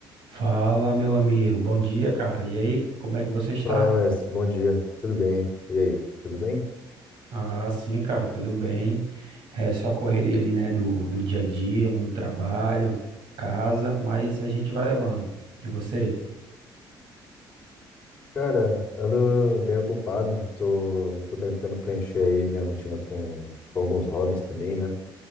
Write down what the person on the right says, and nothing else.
Fala, meu amigo. Bom dia, cara. E aí, como é que você está?
Ah, sim, cara, tudo bem. É só correria ali, né, do, do dia a dia, muito trabalho, casa, mas a gente vai levando. E você?